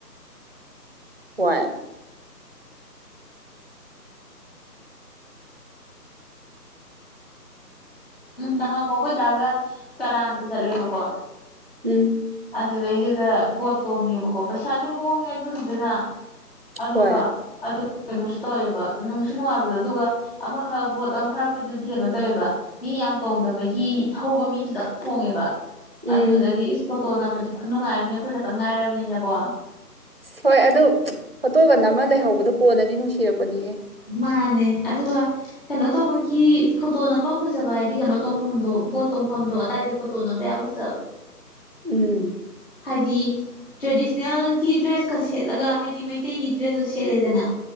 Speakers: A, on the right; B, on the left.
A: ꯍꯣꯏ
B: ꯎꯝꯍ ꯅꯍꯥꯟ ꯃꯨꯛ ꯑꯩꯈꯣꯏ ꯗꯥꯒ ꯀꯔꯥꯡꯗ ꯆꯠꯂꯦꯕꯀꯣ
A: ꯎꯝ
B: ꯑꯗꯨꯗꯩꯗꯨꯗ ꯕꯣꯠ ꯇꯣꯡꯉꯦꯕꯀꯣ ꯄꯩꯁꯥꯁꯨ ꯍꯣꯡꯉꯦ ꯑꯗꯨꯒꯤꯗꯨꯅ ꯑꯗꯨꯒ
A: ꯍꯣꯏ
B: ꯑꯗꯨ ꯀꯩꯅꯣꯁꯨ ꯇꯧꯋꯦꯕ ꯅꯨꯡꯁꯨ ꯅꯨꯡꯉꯥꯏꯕꯗꯣ ꯑꯗꯨꯒ ꯑꯃꯈꯛ ꯕꯣꯠ ꯑꯃ ꯐꯥꯔꯛꯄꯗꯨꯗꯤ ꯀꯩꯅꯣ ꯇꯧꯋꯦꯕ ꯃꯤ ꯌꯥꯝ ꯇꯣꯡꯗꯕꯒꯤ ꯊꯧꯕ ꯃꯤꯗꯨꯗꯪ ꯇꯣꯡꯉꯦꯕ ꯑꯗꯨꯗꯗꯤ
A: ꯎꯝ
B: ꯏꯁ ꯐꯣꯇꯣ ꯅꯝꯕꯗꯤ ꯈꯨꯠꯅꯨꯡꯉꯥꯏ ꯑꯝꯅꯦ ꯑꯩꯈꯣꯏ ꯈꯛꯇꯪ ꯉꯥꯏꯔꯕꯅꯤꯅꯀꯣ
A: ꯑꯁ ꯍꯣꯏ ꯑꯗꯨ ꯐꯣꯇꯣꯒ ꯅꯝꯃ ꯂꯩꯍꯧꯕꯗꯣ ꯀꯣꯟꯅꯗꯤ ꯅꯨꯡꯁꯤꯔꯛꯄꯅꯤꯍꯦ
B: ꯃꯥꯅꯦ ꯑꯗꯨꯒ ꯀꯩꯅꯣ ꯇꯧꯕꯒꯤ ꯐꯣꯇꯣ ꯅꯝꯕꯝ ꯐꯖꯕ ꯍꯥꯏꯗꯤ ꯀꯩꯅꯣ ꯇꯣꯡꯐꯝꯗꯣ ꯕꯣꯠ ꯇꯣꯡꯐꯝꯗꯣ ꯑꯗꯥꯏꯗ ꯐꯣꯇꯣ ꯅꯝꯕ ꯌꯥꯝ ꯐꯖꯕꯅꯦ
A: <inaudible> ꯎꯝ
B: ꯍꯥꯏꯗꯤ ꯇ꯭ꯔꯦꯗꯤꯁꯅꯦꯜꯒꯤ ꯗ꯭ꯔꯦꯁꯀ ꯁꯦꯠꯂꯒ ꯍꯥꯏꯗꯤ ꯃꯩꯇꯩꯒꯤ ꯗ꯭ꯔꯦꯁꯇꯣ ꯁꯦꯠꯂꯦꯗꯅ